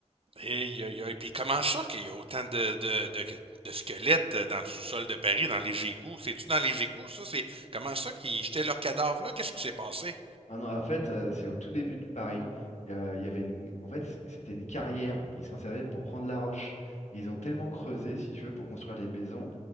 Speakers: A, on the right; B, on the left.
A: Et, y a- y a- et puis comment ça qu'il y a autant de, de, de, de squelettes euh, dans le sous-sol de Paris, dans les égouts? C'est-tu dans les égouts, ça? C'est comment ça qu'ils jetaient leurs cadavres là? Qu'est-ce qui s'est passé?
B: Ah non, en fait, euh, c'est au tout début de Paris. Il y a- il y avait une... En fait, c- c'était une carrière. Ils s'en servaient pour prendre la roche. Et ils ont tellement creusé, si tu veux, pour construire les maisons,